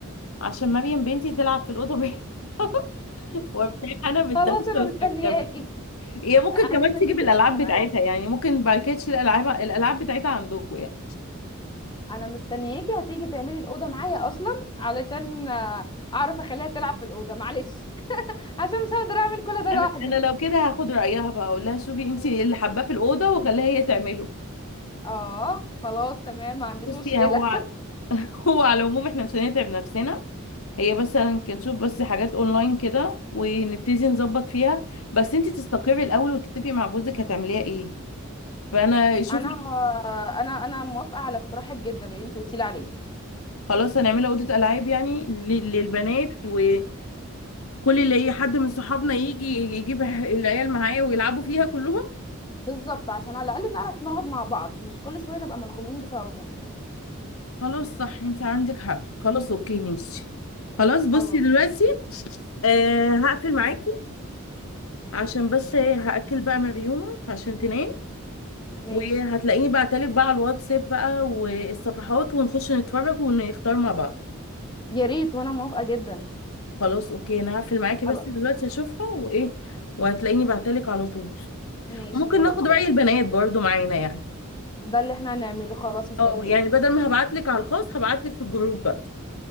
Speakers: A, on the left; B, on the left.
A: عشان مريم بنتي تلعب في الاوضه بيها <laughs> وابتدي انا بالدرس
B: خلاص انا
A: والكركبه
B: مستنياكي
A: هي ممكن
B: انا
A: كمان
B: مستنياكي
A: تيجي بالالعاب
B: تعمليها معايا
A: بتاعتها يعني ممكن بعد كده تشيل الالعاب الالعاب بتاعتها عندكم يعني
B: انا مستنياكي هتيجي تعملي الاوضه معايا اصلا علشان آه، اعرف اخليها تلعب في الاوضه معلش <laughs> عشان مش هقدر اعمل كل ده لوحدي
A: انا انا لو كده هاخد رايها بقى اقول لها شوفي انت اللي حباه في الاوضه وخليها هي تعمله
B: اه خلاص تمام ما عنديش
A: بصي
B: مشكله
A: هو <laughs> هو على العموم احنا مش هنتعب نفسنا هي بس هنشوف بس حاجات اونلاين كده ونبتدي نظبط فيها بس انتي تستقري الاول وتتفقي مع جوزك هتعمليها ايه فانا شوفي
B: انا آه، انا انا موافقه على اقتراحك جدا اللي انت قلتي لي عليه
A: خلاص هنعملها اوضه العاب يعني ل- للبنات وكل اللي هي حد من صحابنا يجي يجيب <laughs> العيال معاه ويلعبوا فيها كلهم
B: بالظبط عشان على الاقل نعرف نقعد مع بعض مش كل شويه نبقى ملخومين بسببهم
A: خلاص صح انتي عندك حق خلاص اوكي ماشي خلاص بصي
B: خلاص
A: دلوقتي آه هقفل معاكي عشان بس إيه، هأكل بقى مريومة عشان تنام
B: ماشي
A: وهتلاقيني بعتلك بقى على الواتساب بقى والصفحات ونخش نتفرج ونختار مع بعض
B: يا ريت وانا موافقه جدا
A: خلاص اوكي انا هقفل معاكي
B: خلاص
A: بس دلوقتي اشوفها وايه وهتلاقيني بعتلك على طول
B: ماشي
A: وممكن
B: يلا
A: ناخد
B: مستنياكي
A: رأي البنات برضو معانا يعني
B: ده اللي احنا هنعمله خلاص مستنياكي
A: اه يعني بدل ما هبعتلك على الخاص هبعتلك في الجروب بقى